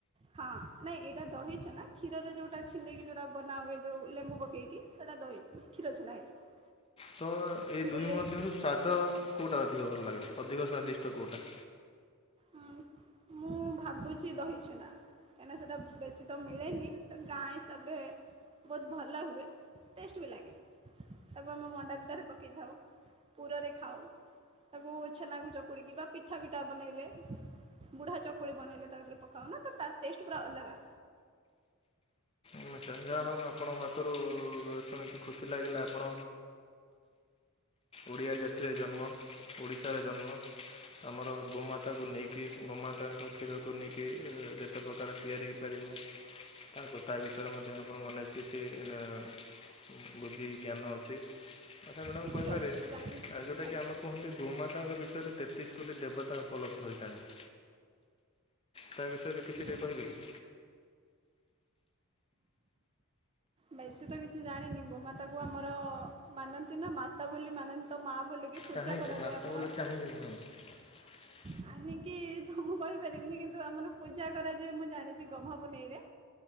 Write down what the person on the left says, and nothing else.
ତ ଏଇ ଦୁଇ
ମଧ୍ୟରୁ ସ୍ଵାଦ କୋଉଟା ଅଧିକ ଭଲ ଲାଗେ, ଅଧିକ ସ୍ଵାଦିଷ୍ଟ କୋଉଟା?
<unintelligible> ହଉ।
ଆପଣଙ୍କ ପାଖରୁ ଶୁଣିକି ଖୁସି ଲାଗିଲା ଆପଣ ଓଡ଼ିଆ ଜାତିରେ ଜନ୍ମ ଓଡ଼ିଶାରେ ଜନ୍ମ। ଆମର ଗୋମାତାକୁ ନେଇକି ଗୋମାତାଙ୍କ କ୍ଷୀରକୁ ନେଇକି ଯେତେ ପ୍ରକାର ତିଆରି ହେଇ ପାରିବ ତାକୁ ତା ବି ସେଥିରେ ମଧ୍ୟ <inaudible> ବୁଦ୍ଧି ଜ୍ଞାନ ଅଛି। କଥା ମ୍ୟାଡାମ
କହିପାରେ
ଆଉ
ଯୋଉଟା
କି ଆମେ କୁହନ୍ତି। ଗୋମାତାଙ୍କ ବିଷୟରେ ତେତିଶ କୋଟି ଦେବତା ଉପଲବ୍ଧ ହୋଇଥାଏ। ତାର ବିଷୟରେ କିଛି
ଟିକେ କହିବେ କି?
କାହିଁକି
ମାତା
ବୋଲି କାହିଁକି <inaudible>